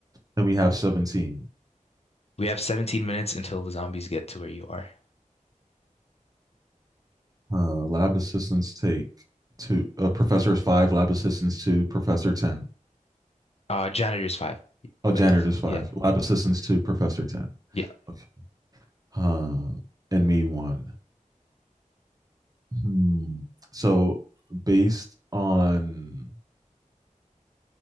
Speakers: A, on the right; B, on the left.
A: Then we have seventeen.
B: We have 17 minutes until the zombies get to where you are.
A: Uh, lab assistants take two. Uh, professor is five. Lab assistants two. Professor ten.
B: Uh, janitor's five.
A: Oh,
B: But
A: janitor
B: yes,
A: is five.
B: yeah,
A: Lab assistants two. Professor ten.
B: yeah,
A: Okay. Uh, and me one. Hmm. So based on